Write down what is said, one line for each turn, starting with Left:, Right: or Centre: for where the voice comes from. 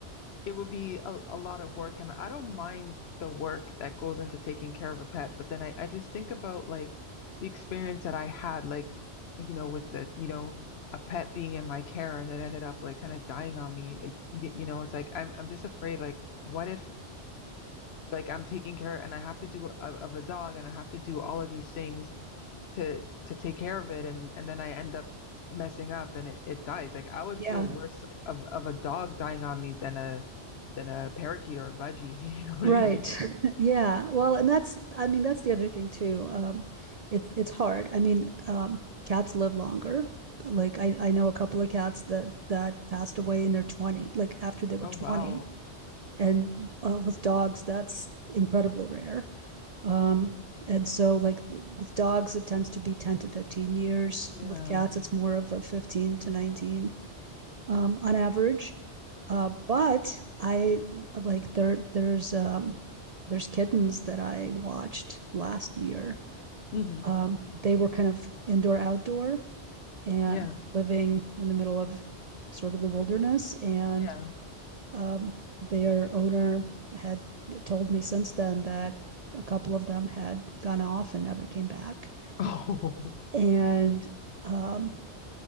Left: it would be a, a lot of work, and I don't mind the work that goes into taking care of a pet, but then I I just think about like the experience that I had like you know with the you know a pet being in my care and it ended up like kind of dying on me. It- y- you know, it's like I'm I'm just afraid like what if like I'm taking care and I have to do of, of a dog and I have to do all of these things to to take care of it and and then I end up messing up and it, it dies. Like I would
Right: yeah,
Left: feel worse of of a dog dying on me than a than a parakeet or a budgie. <laughs> You know what
Right: right.
Left: I mean?
Right: <laughs> Yeah.
Left: Yeah.
Right: Well, and that's, I mean, that's the other thing too. Um, it's it's hard. I mean, um, cats live longer. Like I, I know a couple of cats that that passed away in their 20, like after they were
Left: Oh
Right: 20.
Left: wow.
Right: and uh, with dogs, that's incredibly rare. Um, and so, like with dogs, it tends to be 10 to 15 years.
Left: Yeah.
Right: With cats, it's more of a 15 to 19 um, on average. Uh, but I like there there's um, there's kittens that I watched last year.
Left: hmm
Right: Um, they were kind of indoor outdoor and
Left: Yeah.
Right: like living in the middle of sort of the wilderness and
Left: Yeah.
Right: um, their owner had told me since then that a couple of them had gone off and never came back.
Left: Oh.
Right: And um,